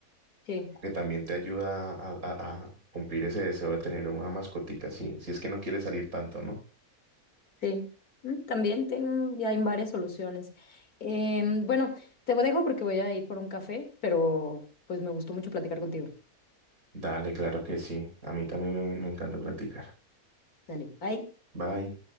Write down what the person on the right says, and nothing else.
como que también te ayuda a, a- a cumplir ese deseo de tener una mascotica, si, si es que no quieres salir tanto, ¿no?
Dale, claro que sí. A mí también me, me encanta platicar.
Bye.